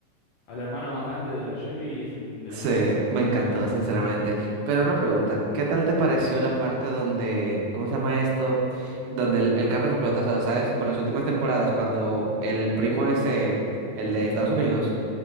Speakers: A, on the left (about 75°); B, on the right (about 85°).
A: al hermano más grande de los Shelby, es el de
B: Sí,
A: los mejores.
B: me encantó, sinceramente. Pero una pregunta, ¿qué tal te pareció la parte donde, ¿cómo se llama esto? Donde el, el carro explota, o sea, ¿sabes? Por las últimas temporadas, cuando el primo ese, el de Estados Unidos,